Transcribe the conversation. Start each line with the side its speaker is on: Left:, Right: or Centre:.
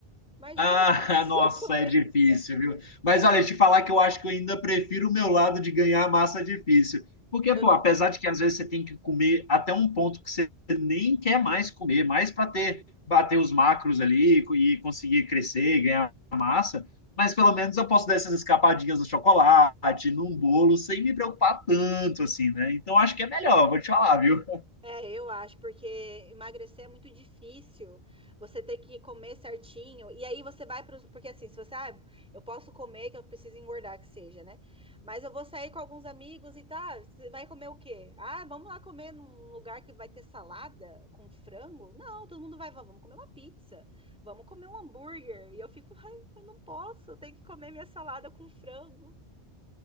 Centre: Imagina
Left: Ah,
Centre: <laughs> se
Left: <laughs> nossa,
Centre: eu comer.
Left: é difícil, viu? Mas olha, te falar que eu acho que eu ainda prefiro o meu lado de ganhar a massa difícil. Porque,
Centre: Eu
Left: pô, apesar de que às vezes você tem que comer até um ponto que você nem quer mais comer, mais para ter, bater os macros ali e conseguir crescer, ganhar massa, mas pelo menos eu posso dar essas escapadinhas no chocolate, num bolo, sem me preocupar tanto assim, né? Então acho que é melhor, vou te falar, viu?
Centre: É, eu acho, porque emagrecer é muito difícil. Você tem que comer certinho. E aí você vai para os. Porque assim, se você. Ah, eu posso comer, que eu preciso engordar, que seja, né? Mas eu vou sair com alguns amigos e tá. Você vai comer o quê? Ah, vamos lá comer num lugar que vai ter salada com frango? Não, todo mundo vai. Vamos comer uma pizza. Vamos comer um hambúrguer. E eu fico. Ai, eu não posso. Eu tenho que comer minha salada com frango.